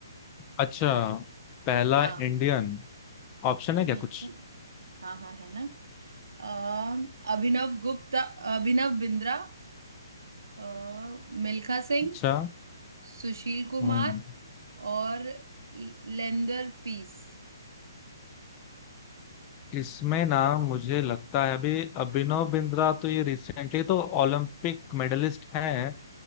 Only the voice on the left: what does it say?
अच्छा पहला
इंडियन ऑप्शन है
क्या कुछ
अच्छा
हम्म
इसमें ना मुझे लगता है अभी अभिनव बिंद्रा तो ये रिसेंटली तो ओलंपिक मेडलिस्ट हैं